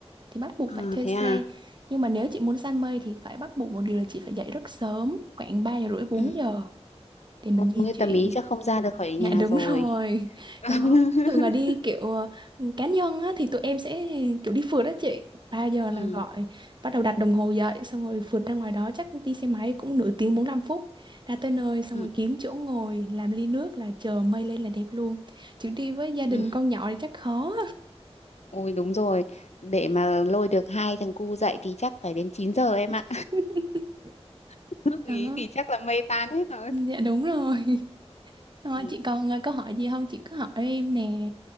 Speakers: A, on the right (about 45°); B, on the left (about 80°).
A: thì bắt buộc
B: À,
A: phải thuê
B: thế
A: xe
B: à?
A: nhưng mà nếu chị muốn săn mây thì phải bắt buộc một điều là chị phải dậy rất sớm khoảng ba giờ rưỡi bốn
B: Ừ.
A: giờ để mình
B: Ừ,
A: di
B: Như
A: chuyển
B: tầm ý chắc không ra được khỏi
A: Dạ
B: nhà
A: đúng
B: rồi.
A: rồi.
B: <laughs>
A: Đó, thường là đi kiểu ờ, cá nhân á, thì tụi em sẽ kiểu đi phượt đó chị. ba giờ là
B: Ừ.
A: gọi, bắt đầu đặt đồng hồ dậy, xong rồi phượt ra ngoài đó chắc đi xe máy cũng nửa tiếng 45 phút. Ra tới nơi xong
B: Ừ.
A: rồi kiếm chỗ ngồi, làm ly nước là chờ mây lên là đẹp luôn. Chứ đi với gia đình
B: Ừ.
A: con nhỏ thì chắc khó.
B: Ôi đúng rồi, để mà lôi được hai thằng cu dậy thì chắc phải đến 9 giờ em ạ.
A: <laughs>
B: <laughs> Lúc
A: Đó,
B: ý thì chắc là mây tan hết rồi.
A: dạ đúng rồi. Rồi,
B: Ừ.
A: chị còn ờ, câu hỏi gì không? Chị cứ hỏi em nè.